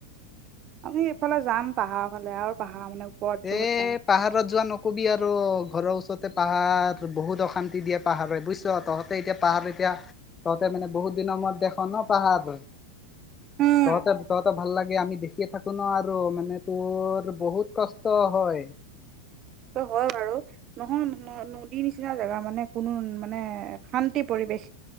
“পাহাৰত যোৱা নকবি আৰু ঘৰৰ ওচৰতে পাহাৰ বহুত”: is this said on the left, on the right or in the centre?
Left